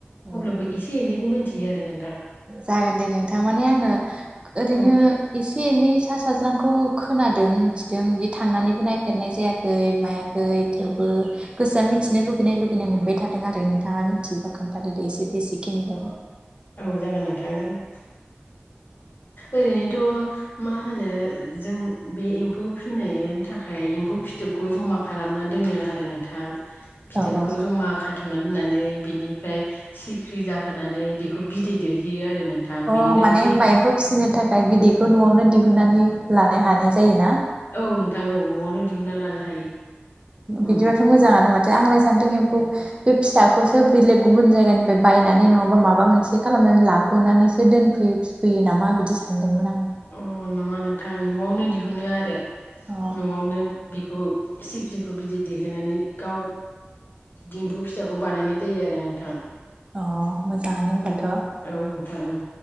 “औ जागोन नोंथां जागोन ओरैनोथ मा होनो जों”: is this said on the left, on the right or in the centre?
Left